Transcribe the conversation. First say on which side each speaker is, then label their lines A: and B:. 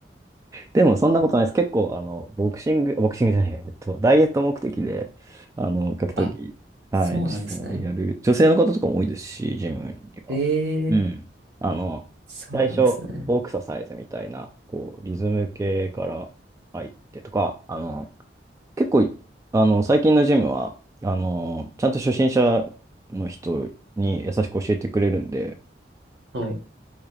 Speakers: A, on the right; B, on the right.
A: でもそんなことないです。結構、あの、ボクシング、ボクシングじゃないや、えっと、ダイエット目的で、あの、格闘技、
B: あ、
A: はい、
B: そうなんですね。
A: 実際やる、女性の方とかも多いですし、ジムには。
B: へえ、
A: うん。あの、
B: そうなんですね。
A: 最初、ボクササイズみたいな、こう、リズム系から入ってとか、あの、結構、あの、最近のジムは、あの、ちゃんと初心者の人に優しく教えてくれるんで、
B: はい。